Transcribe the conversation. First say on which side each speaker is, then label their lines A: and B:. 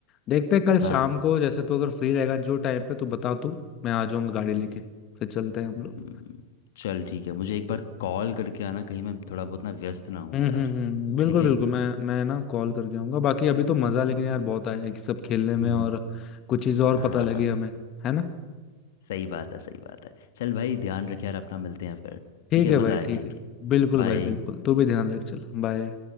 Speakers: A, on the left (about 35°); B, on the left (about 55°).
A: देखते हैं कल
B: हाँ
A: शाम को जैसे तू अगर फ्री रहेगा जो टाइम पे तू बता तू मैं आ जाऊंगा गाड़ी लेके फिर चलते हैं हम लोग
B: हम्म, चल ठीक है मुझे एक बार कॉल करके आना कहीं मैं थोड़ा बहुत ना व्यस्त ना हूँ
A: हम्म
B: यार
A: हम्म हम्म, बिल्कुल
B: ठीक है
A: बिल्कुल मैं मैं ना कॉल करके आऊंगा बाकी अभी तो मजा लेकिन यार बहुत आया कि सब खेलने
B: <laughs>
A: में और कुछ चीजें और
B: हाँ
A: पता लगी हमें है ना
B: सही बात है सही बात है चल भाई ध्यान रख यार अपना मिलते हैं फिर
A: ठीक
B: ठीक है
A: है भाई
B: मज़ा आया
A: ठीक
B: खेल
A: है
B: के
A: बिल्कुल
B: बाय
A: भाई बिल्कुल तू भी ध्यान रख चल बाय